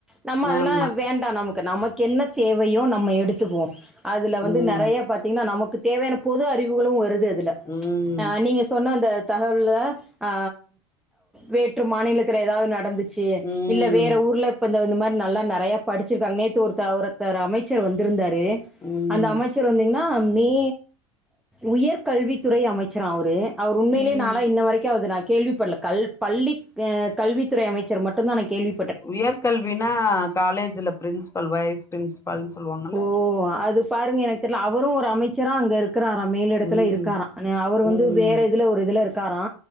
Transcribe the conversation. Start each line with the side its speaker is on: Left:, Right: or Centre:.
Centre: நம்ம அதெல்லாம்
Left: ஆமா
Centre: வேண் டா நமக்கு நமக்கு என்ன தேவயோ நம்ம எடுத்துக்குவோ அதுல வந்து
Left: ம்
Centre: நெறைய பாத் திங்ன்னா நமக்கு தேவயான பொது அறிவுகளும் வருது அதுல
Left: ம்
Centre: அ நீங்க சொன்ன அந்த தகவல்ல ஆ வேற்று மாநிலத்தில எதாவ் நடந்துச் ச்சு
Left: ம்
Centre: இல்ல வேற ஊர்ல இப்போ இந்த இந்த மாரி நல்லா நெறயா படிச்சுருக்காங்க நேத்து ஒருத்த ஒருத்தர் அமைச்சர் வந்திருந்தாரு
Left: ம்
Centre: இந்த அமைச்சர் வந்திங்ன்னா மே உயர்கல்வித்துறை அமைச்சரா அவுரு அவரு உண்மையிலே
Left: ம்
Centre: நா லா இன்ன வரைக்கும் அது நா கேள்வி பட்ல கல் பள்ளி அ கல்வித்துறை அமைச்சர் மட்டு தா நா கேள்வி
Left: உயர்கல்வினா காலேஜ்ல பிரின்ஸ்பல் வைஸ் பிரின்ஸ்பல்ன் சொல்லுவாங்க
Centre: ஓ அது பாருங்க எனக்கு தெர்ல அவரும் ஒரு அமைச்சரா அங்க இருக் க்கறார மேல எடத்துல
Left: ம்
Centre: இருக்கார அவர் வந்து
Left: ம்
Centre: வேற இதுல ஒரு இதுல இருக்காரா